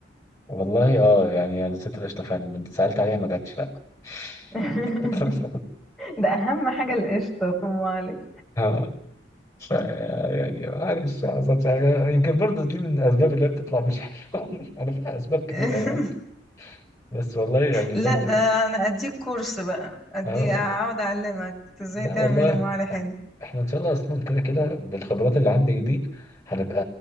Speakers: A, on the left; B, in the centre.
A: والله اه يعني انا ست القشطه فعلا لما سالت عليها ما جاتش لا
B: <laughs>
A: <laughs>
B: ده اهم حاجة القشطة في ام علي
A: اه ف- يعني معلش ما حصلش حاجه يمكن برضه دي من الاسباب اللي هي بتطلع مش حلوه <laughs> يعني فيها اسباب كتير
B: <laughs>
A: قوي يعني بس والله يعني
B: لا
A: برضه
B: ده انا اديك كورس بقى اديك
A: اه
B: اقعد اعلمك ازاي
A: لا
B: تعمل
A: والله
B: ام علي حلو
A: احنا ان شاء الله اصلا كده كده بالخبرات اللي عندي دي هنبقى